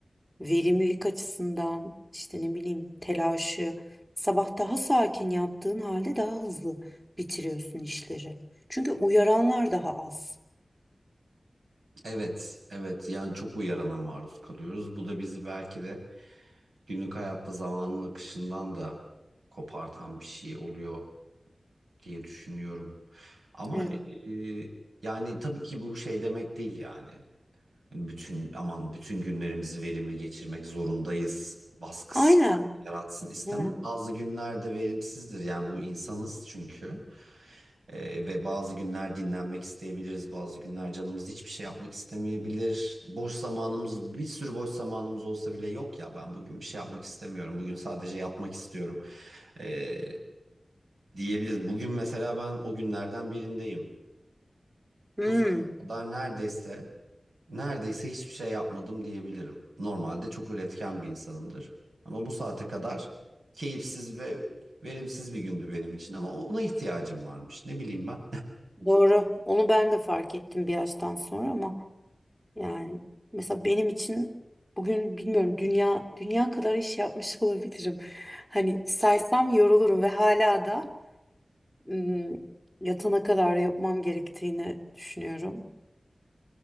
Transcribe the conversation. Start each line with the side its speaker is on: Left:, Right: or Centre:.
Centre: Verimlilik açısından işte ne bileyim telaşı sabah daha sakin yaptığın halde daha hızlı bitiriyorsun işleri. Çünkü uyaranlar daha az.
Right: Evet, evet yani çok uyarana maruz kalıyoruz. Bu da bizi belki de günlük hayatta zamanın akışından da kopartan bir şey oluyor diye düşünüyorum. Ama
Centre: Evet.
Right: e, yani tabii ki bu şey demek değil yani. Hani Bütün aman bütün günlerimizi verimli geçirmek zorundayız baskısı
Centre: Aynen.
Right: yaratsın istemem.
Centre: Evet.
Right: Bazı günlerde verimsizdir yani bu insanız çünkü. Ee, ve bazı günler dinlenmek isteyebiliriz, bazı günler canımız hiçbir şey yapmak istemeyebilir. Boş zamanımız, bir sürü boş zamanımız olsa bile yok ya ben bugün bir şey yapmak istemiyorum, bugün sadece yatmak istiyorum ee, diyebiliriz. Bugün mesela ben o günlerden birindeyim.
Centre: Hmm,
Right: Bu saate kadar neredeyse, neredeyse hiçbir şey yapmadım diyebilirim. Normalde çok üretken bir insanımdır. Ama bu saate kadar keyifsiz ve verimsiz bir gündü benim için ama ona ihtiyacım varmış. Ne bileyim ben.
Centre: doğru. Onu ben de fark ettim bir yaştan sonra ama Yani mesela benim için bugün bilmiyorum dünya dünya kadar iş yapmış <laughs> olabilirim. Hani saysam yorulurum ve hala da ım, yatana kadar yapmam gerektiğini düşünüyorum.